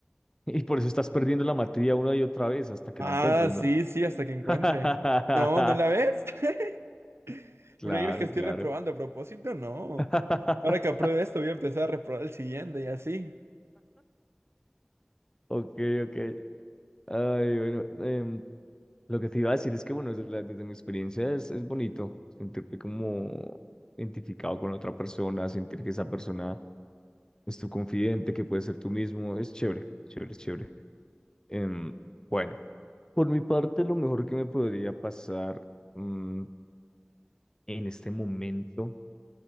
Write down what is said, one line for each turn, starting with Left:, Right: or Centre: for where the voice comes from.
Left: y por eso estás perdiendo la materia una y otra vez hasta que
Right: Ah,
Left: la encuentres, ¿no?
Right: sí, sí, hasta que encuentre.
Left: <laughs>
Right: No, ¿no la ves? <laughs>
Left: Claro,
Right: ¿Por qué crees que estoy
Left: claro.
Right: reprobando a propósito? No.
Left: <laughs>
Right: Ahora que apruebe esto, voy a empezar a reprobar el siguiente y así.
Left: Ok, ok. Ay, bueno. em, Lo que te iba a decir es que, bueno, desde, la- desde mi experiencia es, es bonito sentirte como identificado con otra persona, sentir que esa persona es tu confidente, que puedes ser tú mismo, es chévere, chévere, es chévere. Em, bueno, por mi parte, lo mejor que me podría pasar mm, en este momento,